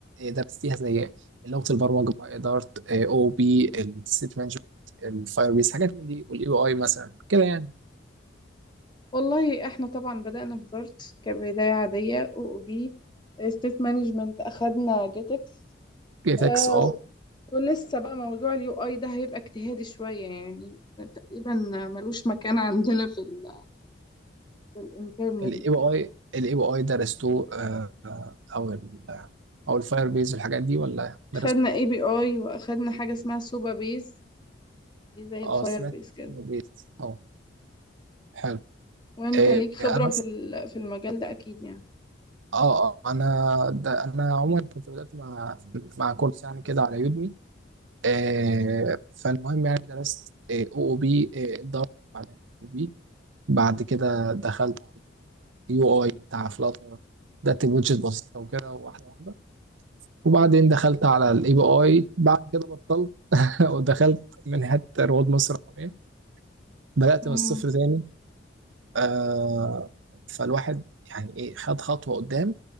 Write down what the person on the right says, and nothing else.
درستيها زي لغه البرمجه بقى اداره او بي السيت مانجمنت الفاير بيس حاجات من دي والاي بي اي مثلا كده يعني
جي تكس
اه
الاي
بي اي الاي بي اي درستوه آه، آه، او ال او الفاير بيز والحاجات دي ولا
درستوا ايه؟
اه
سمعت
فاير بيز اه حلو
إيه
انا
س-
اه اه انا ده انا عموما كنت بدأت مع مع كورس يعني كده على يودمي إيه فالمهم يعني درست او او بي اداره بعدين او بي بعد كده دخلت على اليو اي بتاع فلاتر بدأت بوجهة بسيطة وكده واحدة واحدة وبعدين دخلت على الاي بي اي بعد كده بطلت <laughs> ودخلت من حتة رواد مصر الرقمية بدأت
من الصفر تاني آه فالواحد يعني ايه خد خطوة قدام